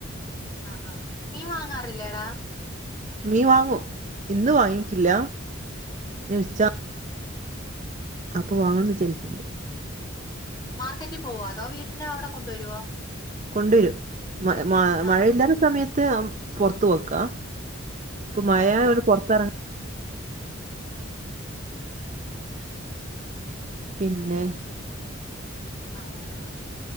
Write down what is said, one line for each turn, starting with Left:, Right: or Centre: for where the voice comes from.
Left: ആഹ് ആഹ് മീ വാങ്ങാറില്ലേടാ
Right: മീൻ വാങ്ങൂ ഇന്ന് വാങ്ങിട്ട്ല്ല ഇന്ന്ച്ചാൽ അപ്പോ വാങ്ങണംന്ന് വിച്ചാരിക്കിണ്ട്
Left: മാർക്കറ്റിൽ പോവോ അതോ വീട്ടിന് അവിടെ കൊണ്ടുവരുവോ
Right: കൊണ്ടേവരും മ മ
Left: ആ
Right: മഴയില്ലാത്ത സമയത്ത് പൊറത്ത് പൊക്കാ ഇപ്പ മയായൊണ്ട്
Left: ആ ആ
Right: പോർത്തെറാങ്ങ-
Left: ആ
Right: പിന്നെ
Left: അങ്ങനെ